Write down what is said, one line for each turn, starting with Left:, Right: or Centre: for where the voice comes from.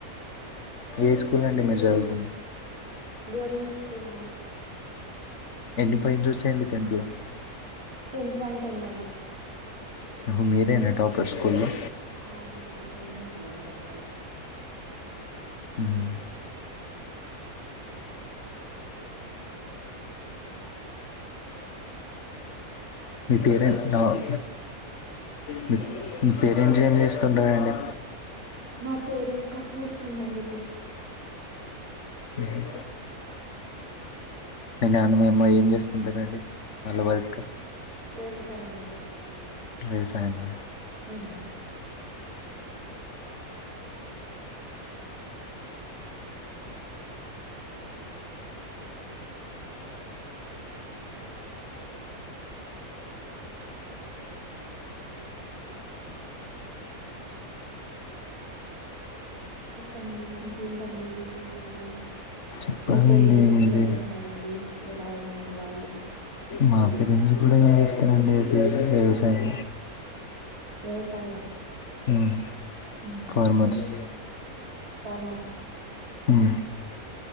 Left: ఏ స్కూల్ అండి మీరు చదువుకుంది
Right: గవర్నమెంట్ స్కూల్ అండి
Left: ఎన్ని పాయింట్స్ ఒచ్చాయండి టెన్త్ లో
Right: టెన్ పాయింట్ టెన్ అండి
Left: హొ మీరేనా టాపర్ స్కూల్లో
Right: అవునండి నేనే నండి టాపర్
Left: మ్మ్ నీ మీ పేరేంటో అన్నావ్ మీ మీ పేరెంట్స్ ఎమ్ చేస్తుంటారండి
Right: మా పేరెంట్ కసిగుర్చుందండి ఇప్పుడు
Left: మ్మ్ మీ నాన్నమ్మ అమ్మ ఏం చేస్తుంటారండి వాళ్ళ వర్క్
Right: వ్యవసాయం అండి
Left: వ్యవసాయమా
Right: హమ్ చెప్పండి ఇంకేంటండి విశేషాలు
Left: చెప్పాలండి
Right: మీ పేరెంట్స్ ఎమ్
Left: మీరే
Right: చేస్తుంటారండి ఎలా ఉన్నారు వాళ్ళు
Left: మా పేరెంట్స్ కూడా ఎమ్ చేస్తరండి అదే వ్యవసాయం
Right: వ్యవసాయం
Left: ఉమ్
Right: మ్
Left: ఫార్మర్స్
Right: ఫార్మర్స్
Left: ఉమ్